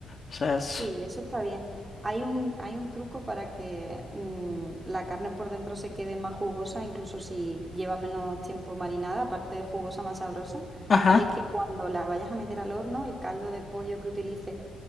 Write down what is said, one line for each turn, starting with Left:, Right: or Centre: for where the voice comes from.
Left: O sea, es...
Right: Sí, eso está bien. Hay un, hay un truco para que mm, la carne por dentro se quede más jugosa, incluso si lleva menos tiempo marinada, aparte de jugosa, más sabrosa.
Left: Ajá,
Right: Y es que cuando la vayas a meter al horno, el caldo de pollo que utilices